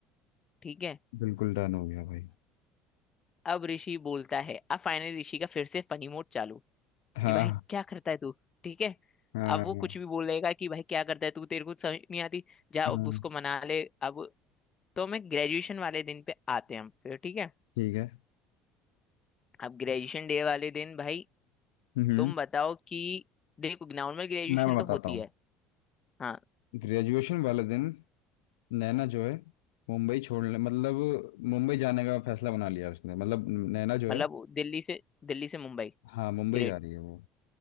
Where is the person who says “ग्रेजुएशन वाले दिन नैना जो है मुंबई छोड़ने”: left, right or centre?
Left